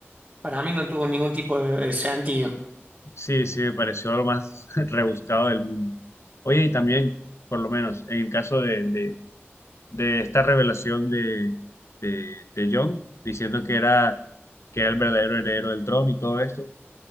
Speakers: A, on the right; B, on the left.
A: para mí no tuvo ningún tipo de de sentido.
B: Sí, sí, me pareció lo más <laughs> rebuscado del mundo. Oye, y también, por lo menos, en el caso de, de, de esta revelación de, de, de Jon, diciendo que era, que era el verdadero heredero del trono y todo esto,